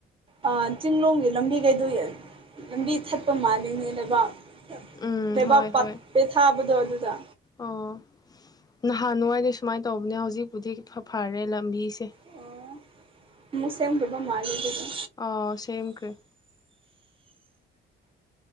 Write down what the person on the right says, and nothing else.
ꯑ ꯆꯤꯡꯂꯣꯝꯒꯤ ꯂꯝꯕꯤ ꯀꯩꯗ ꯂꯝꯕꯤ ꯊꯠꯄ ꯃꯥꯜꯂꯤꯅꯦ ꯂꯩꯕꯥꯛ
ꯂꯩꯕꯥꯛ
ꯄꯦꯊꯥꯕꯗꯣ ꯑꯗꯨꯗ
ꯑꯣ ꯑꯃꯨꯛ ꯁꯦꯝꯈ꯭ꯔꯥꯕ ꯃꯥꯜꯂꯦ ꯑꯗꯨꯗꯤ